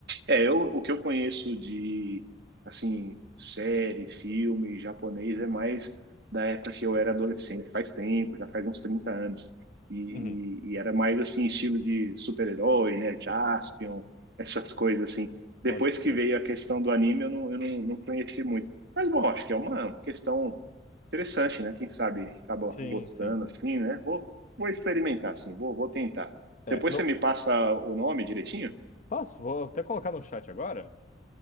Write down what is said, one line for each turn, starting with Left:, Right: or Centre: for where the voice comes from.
Right: É, eu, o que eu conheço de, assim, série, filme japonês é mais da época que eu era adolescente, faz tempo, já faz uns 30 anos. E,
Left: Uhum,
Right: e- e era mais, assim, estilo de super-herói, né? Jaspion, essas coisas, assim. Depois
Left: pode.
Right: que
Left: crer.
Right: veio a questão do anime, eu não, eu não, não conheci muito. Mas, bom, acho que é uma questão interessante, né? Quem sabe acaba
Left: Sim,
Right: gostando,
Left: sim.
Right: assim, né? Vou, vou experimentar, assim, vou, vou tentar.
Left: É,
Right: Depois
Left: não,
Right: você me passa o nome direitinho?
Left: posso? Vou até colocar no chat agora.